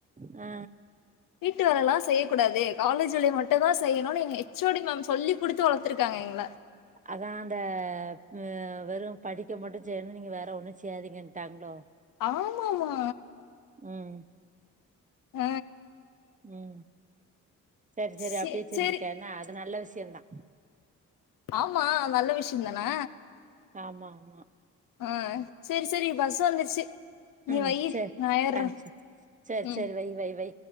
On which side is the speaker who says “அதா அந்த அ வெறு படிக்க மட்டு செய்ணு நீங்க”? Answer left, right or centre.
Right